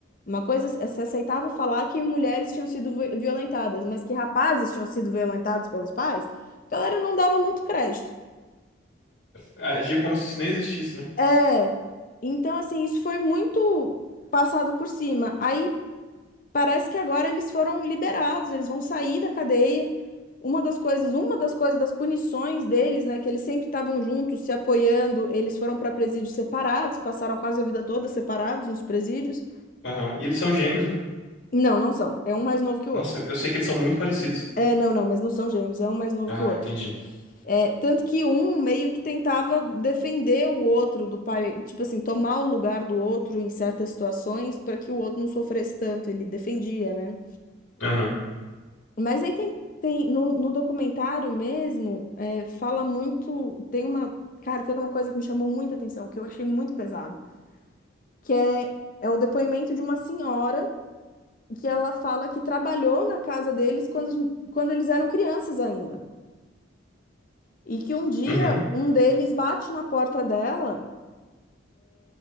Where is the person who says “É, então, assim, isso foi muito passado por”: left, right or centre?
Left